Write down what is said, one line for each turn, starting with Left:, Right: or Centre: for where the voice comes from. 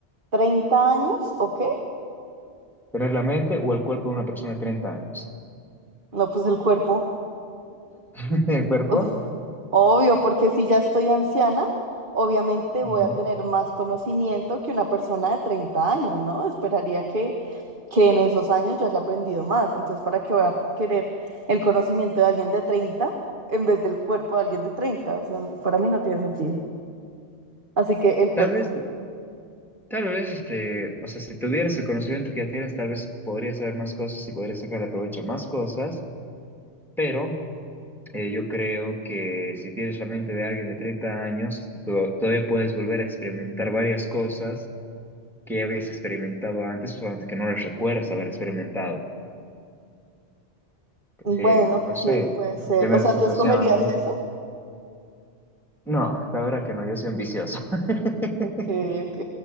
Right: 30 años, ¿o qué?
Centre: ¿Tener la mente o el cuerpo de una persona de 30 años?
Right: No, pues el cuerpo.
Centre: <laughs> ¿El cuerpo?
Right: O Obvio, porque si ya estoy anciana, obviamente
Centre: Ujú.
Right: voy a tener más conocimiento que una persona de 30 años, ¿no? Esperaría que, que en esos años yo haya aprendido más. Entonces, ¿para qué voy a querer el conocimiento de alguien de 30 en vez del cuerpo de alguien de treinta, O sea, para mí no tiene sentido. Así que el cuerpo.
Centre: Tal vez, tal vez, este, o sea, si tuvieras el conocimiento que ya tienes, tal vez podrías saber más cosas y podrías sacar provecho a más cosas, pero Eh, yo creo que si tienes la mente de alguien de 30 años, to- todavía puedes volver a experimentar varias cosas que ya habías experimentado antes, solamente que no las recuerdas haber experimentado.
Right: Bueno,
Centre: Así,
Right: ok,
Centre: no sé,
Right: puede ser.
Centre: primeras
Right: O sea,
Centre: sensaciones.
Right: ¿tú escogerías eso?
Centre: No, la verdad que no, yo soy un vicioso. <laughs>
Right: Ok, ok.